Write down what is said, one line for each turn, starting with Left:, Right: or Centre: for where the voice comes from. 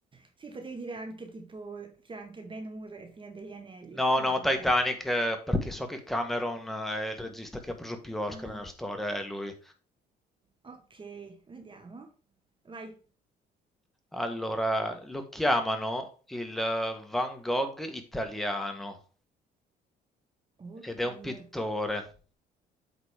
Right: Sì, potevi dire anche tipo, c'è anche Ben-Hur e Signore degli Anelli,
Centre: No,
Right: però
Centre: no,
Right: vabbè.
Centre: Titanic, eh, perché so che Cameron eh, è il regista che ha preso più Oscar
Right: Ah,
Centre: nella storia, è lui.
Right: ok, vediamo. Vai.
Centre: Allora, lo chiamano il eh, Van Gogh italiano
Right: Oddio,
Centre: ed è un pittore.